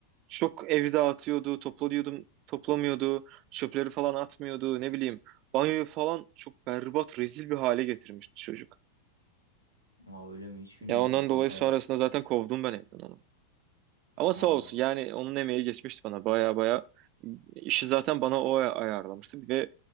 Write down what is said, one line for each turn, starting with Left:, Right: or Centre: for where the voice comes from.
Right: Çok evi dağıtıyordu, toplanıyordum, toplamıyordu, çöpleri falan atmıyordu ne bileyim. Banyoyu falan çok berbat, rezil bir hale getirmişti çocuk.
Left: Aa, öyle mi? Hiç bilmiyordum
Right: Ya ondan
Left: kanka
Right: dolayı sonrasında
Left: ya.
Right: zaten kovdum ben evden onu. Ama
Left: Aa,
Right: sağ olsun yani onun emeği geçmişti bana baya baya. işi zaten bana o ay- ayarlamıştı ve